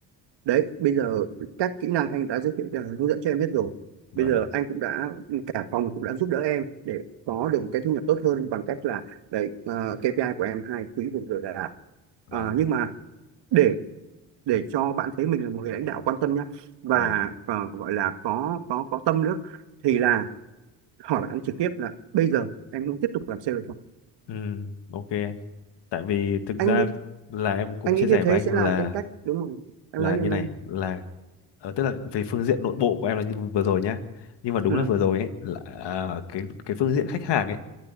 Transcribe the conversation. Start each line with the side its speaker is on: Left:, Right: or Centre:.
Right: đấy bây giờ các kỹ năng anh đã giới thiệu cho hướng dẫn cho em hết rồi
Left: vâng
Right: bây giờ anh cũng đã cả phòng cũng đã giúp đỡ em để có được một cái thu nhập tốt hơn bằng cách là đấy ờ, KPI của em hai quý vừa rồi là đạt Ờ,
Left: vâng
Right: nhưng mà để để cho bạn thấy mình là một người lãnh đạo quan tâm nhá và
Left: vâng
Right: ờ, gọi là có có có tâm nữa thì là hỏi bạn trực tiếp là bây giờ em muốn tiếp tục làm sale hay không
Left: ừ ok tại vì thực ra
Right: anh nghĩ
Left: là em cũng
Right: anh
Left: chia
Right: nghĩ như
Left: sẻ
Right: thế
Left: với anh
Right: sẽ là
Left: là
Right: cái cách đúng rồi em
Left: là
Right: nói đi
Left: như
Right: em
Left: này
Right: nói đi
Left: là ờ, tức là về phương diện nội bộ của em là như vừa rồi nhá nhưng mà đúng
Right: ừ
Left: là vừa rồi ấy là à, cái cái phương diện khách hàng ấy